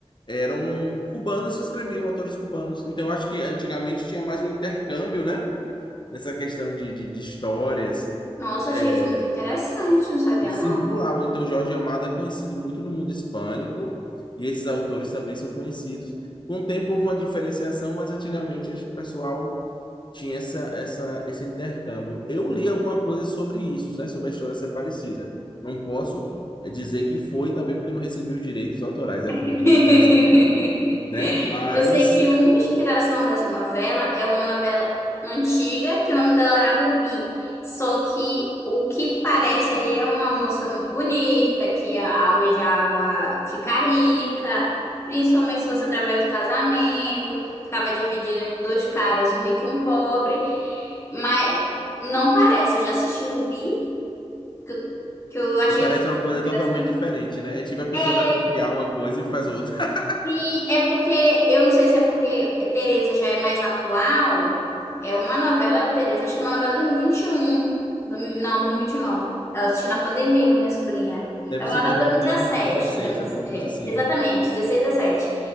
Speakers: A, on the left; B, on the left.
A: eram cubanos que escreviam, autores cubanos. Então, eu acho que antigamente tinha mais um intercâmbio, né? Nessa questão de, de, de histórias
B: Nossa,
A: é,
B: achei isso é muito interessante, não sabia,
A: e circulavam.
B: não.
A: Então, Jorge Amado é conhecido muito no mundo hispânico e esses autores também são conhecidos. Com o tempo houve uma diferenciação, mas antigamente acho que o pessoal tinha essa, essa, esse intercâmbio. Eu li alguma coisa sobre isso, né? Sobre a história ser parecida. Não posso eh, dizer que foi também porque eu não recebi os direitos autorais, é
B: <laughs>
A: a família que está recebendo, né? Mas
B: Eu sei que uma inspiração dessa novela é uma novela antiga, que o nome dela era Rubi. Só que o que parece ali é uma moça muito bonita, que a- almejava ficar rica, principalmente se fosse através do casamento, ficava dividida entre dois caras, um rico e um pobre. Mas não parece, eu já assisti Rubi, que eu, que eu achei
A: E parece
B: que foi
A: uma coisa
B: interessante.
A: totalmente diferente, né? É tipo a pessoa
B: É,
A: vai copiar uma coisa e faz outra. <laughs>
B: Sim, é porque, eu não sei se é porque Tereza já é mais atual, é uma novela, Tereza, acho que é uma novela de 2021, dois mil- não, 2029, eu assisti na pandemia com a minha sobrinha,
A: Deve
B: é uma
A: ser
B: novela
A: 2015,
B: de 2017,
A: 16,
B: dois
A: alguma
B: mil-
A: coisa
B: e- é,
A: assim,
B: exatamente,
A: né?
B: 16, 17,